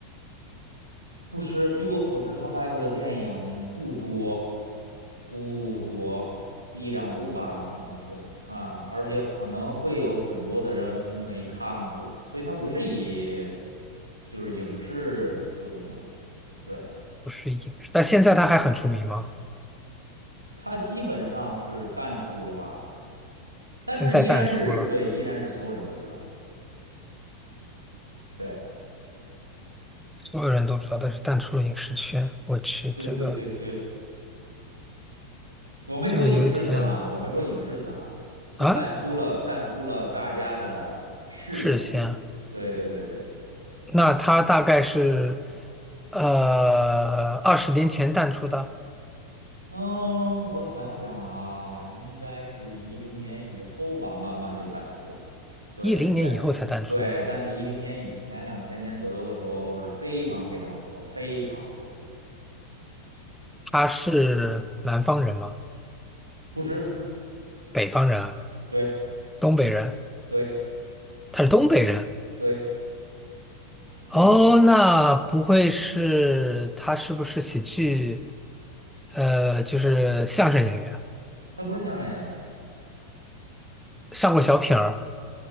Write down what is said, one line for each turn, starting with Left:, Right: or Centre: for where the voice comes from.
Right: 不是，据我所知，他拍过的电影不多，不多，一两部吧，可能是啊，而且可能会有很多的人没看过，所以他不是以就是影视出的名，对，
Centre: 不是影视，但现在他还很出名吗？
Right: 他基本上是淡出了吧，但是依然是对，
Centre: 现在淡出了，
Right: 依然是所有人都知道，对，
Centre: 所有人都知道，但是淡出了影视圈。我去，
Right: 对对对对，
Centre: 这个。
Right: 我没说影视圈啊，
Centre: 这个有点
Right: 我没说影视圈啊，就淡出了，
Centre: 啊，
Right: 淡出了大家的视野。
Centre: 是先，
Right: 对对对对，
Centre: 那他大概是呃二十年前淡出的，
Right: 嗯，我想想啊，应该是一零年以后吧，慢慢就淡出了。对，
Centre: 一零年以后才淡出。
Right: 但对，但是一零年以前，两千年左右的时候是非常非常火，非常火。
Centre: 他是南方人吗？
Right: 不是，
Centre: 北方人啊？
Right: 对
Centre: 东北人？
Right: 对
Centre: 他是东北人。
Right: 对，
Centre: 哦，
Right: 没错儿，
Centre: 那不会是他是不是喜剧？呃，就是相声演员，
Right: 他不是相声演员。
Centre: 上过小品儿、